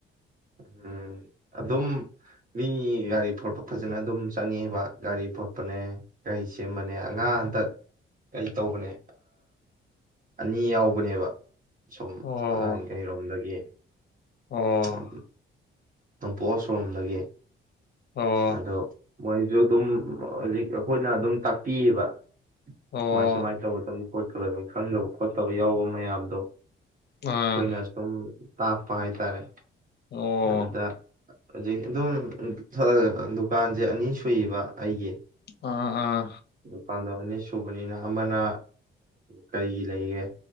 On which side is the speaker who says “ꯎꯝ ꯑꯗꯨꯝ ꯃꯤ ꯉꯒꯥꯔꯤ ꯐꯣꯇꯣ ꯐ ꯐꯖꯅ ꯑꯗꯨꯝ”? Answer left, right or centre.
Right